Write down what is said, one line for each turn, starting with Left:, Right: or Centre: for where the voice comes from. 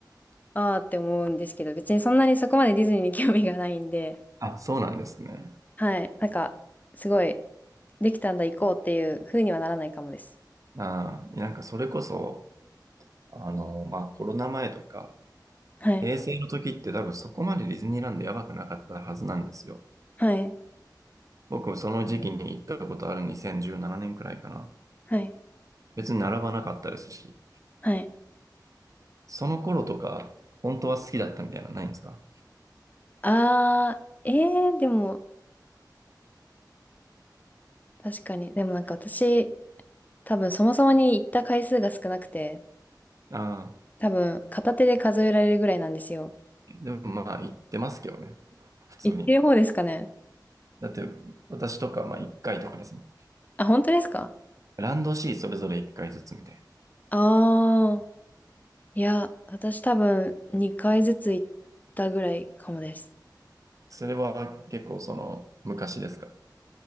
Left: あーって思うんですけど、別にそんなにそこまでディズニーに興味がないんで、
Right: あ、そうなんですね。
Left: はい。なんか、すごい、できたんだ、行こうっていう風にはならないかもです。
Right: ああ、なんかそれこそ、あの、まあコロナ前とか、
Left: はい。
Right: 平成の時って多分そこまでディズニーランドやばくなかったはずなんですよ。
Left: はい。
Right: 僕もその時期に行ったことある2017年くらいかな。
Left: はい。
Right: 別に並ばなかったですし、
Left: はい。
Right: その頃とか、本当は好きだったみたいなのないんですか
Left: あー、えー、でも、確かに。でもなんか私、多分そもそもに行った回数が少なくて、
Right: ああ
Left: 多分片手で数えられるぐらいなんですよ。
Right: ー。でもまあ行ってますけどね。普通に。
Left: 行ってる方ですかね。
Right: だって私とかまあ1回とかですもん。
Left: あ、本当ですか
Right: ランドシーそれぞれ1回ずつみたいな。
Left: あー、いや、私多分2回ずつ行ったぐらいかもです。
Right: それは結構その昔ですか